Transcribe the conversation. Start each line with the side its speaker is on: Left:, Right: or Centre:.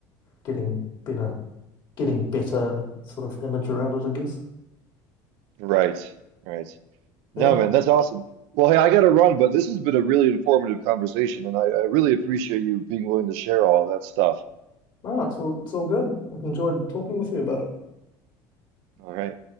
Left: getting better. getting better sort of image around it, I guess.
Right: Right. Right. No,
Left: Yeah.
Right: man, that's awesome. Well, hey, I gotta run, but this has been a really informative conversation, and I, I really appreciate you being willing to share all that stuff.
Left: No, it's all it's all good. I've enjoyed talking with you about it.
Right: All right.